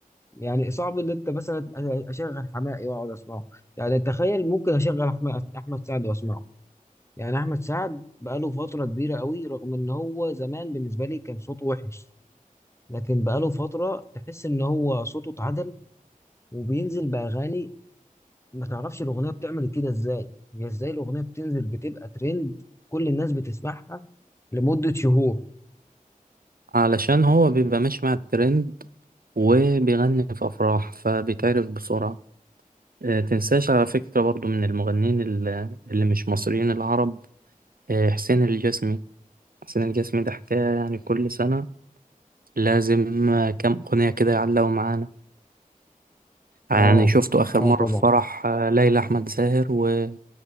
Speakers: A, on the left (about 20°); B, on the right (about 90°).
A: يعني صعب ان انت مثلا اشغل حماقي واقعد اسمعه يعني تخيل ممكن اشغل أحم- احمد سعد واسمعه يعني احمد سعد بقاله فتره كبيره قوي رغم ان هو زمان بالنسبه لي كان صوته وحش لكن بقاله فتره تحس ان هو صوته اتعدل وبينزل باغاني ما تعرفش الأغنية بتعمل كده إزاي هي إزاي الأغنية بتنزل بتبقى ترند كل الناس بتسمعها لمدة شهور
B: علشان هو بيبقى ماشي مع الترند وبيغني في أفراح فبيتعرف بسرعة آه، تنساش على فكرة برضو من المغنيين ال- اللي مش مصريين العرب آه، حسين الجسمي حسين الجسمي ده حكاية يعني كل سنة لازم آه، كام أغنية كده يعلقوا معانا يعني
A: اه
B: شفته آخر
A: اه
B: مرة
A: طبعا
B: في فرح آه، ليلى أحمد زاهر و-